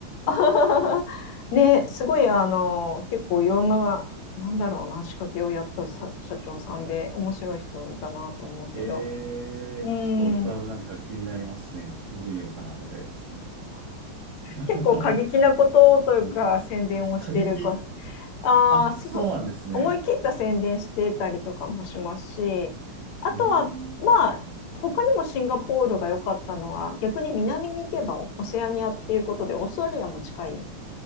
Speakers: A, on the left (about 85°); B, on the right (about 80°).
A: <laughs> ね、すごい、あの、結構いろんな、なんだろうな、仕掛けをやったさ社長さんで、面白い人だなと思うけど、
B: ええちょっとコラムなんか気になりますね。
A: うん、<laughs>
B: 見てみようかな、後で <laughs>
A: 結構過激なことというか、宣伝をしてるか、
B: 過激。
A: ああ、
B: あ、
A: そう、
B: そうなんですね。
A: 思い切った宣伝してたりとかもしますし、あとは、
B: うーん。
A: まあ、他にもシンガポールが良かったのは、逆に南に行けばオセアニアっていうことで、オーストラリアも近い。